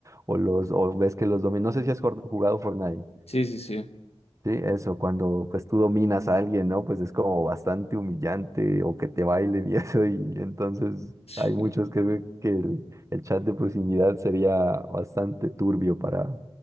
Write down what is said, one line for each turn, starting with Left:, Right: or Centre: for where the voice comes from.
Right: o los o ves que los dominan. No sé si has jor- jugado Fortnite.
Left: Sí, sí, sí,
Right: Sí, eso, cuando pues tú dominas a alguien, ¿no? Pues es como bastante humillante o que te bailen y <laughs> eso, y entonces
Left: sí,
Right: hay muchos que creen que el, el chat de proximidad sería bastante turbio para